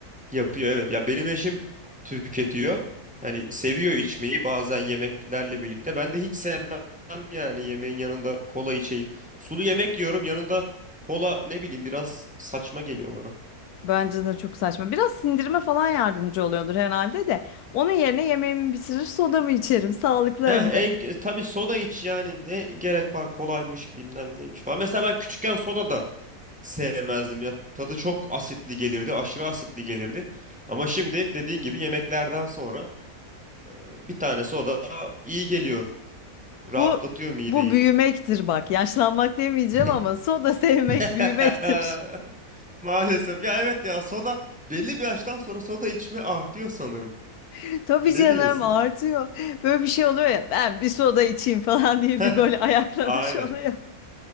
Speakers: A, in the centre; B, on the left.
A: Yapıyor evet. Ya benim eşim tüketiyor. Hani seviyor içmeyi bazen yemeklerle birlikte. Ben de hiç sevmem yani yemeğin yanında kola içeyim. Sulu yemek yiyorum yanında kola ne bileyim biraz saçma geliyor bana.
B: Bence de çok saçma. Biraz sindirime falan yardımcı oluyordur herhalde de. Onun yerine yemeğimi bitirir, sodamı içerim. Sağlıklı
A: Eh,
B: hem de.
A: en, e, tabii soda iç yani ne gerek var kolaymış bilmem neymiş falan. Mesela ben küçükken soda da sevmezdim ya. Tadı çok asitli gelirdi, aşırı asitli gelirdi. Ama şimdi dediğin gibi yemeklerden sonra e, bir tane soda iyi geliyor. Rahatlatıyor
B: Bu
A: mideyi.
B: bu büyümektir bak. Yaşlanmak demeyeceğim
A: <laughs>
B: ama soda sevmek
A: <laughs>
B: büyümektir.
A: Maalesef. Ya evet ya soda belli bir yaştan sonra soda içme artıyor sanırım.
B: <laughs> Tabii
A: Ne
B: canım
A: diyorsun?
B: artıyor. Böyle bir şey oluyor ya. Ben bir soda içeyim <laughs> falan diye
A: Heh,
B: bir böyle ayaklanış
A: aynen.
B: oluyor. <laughs>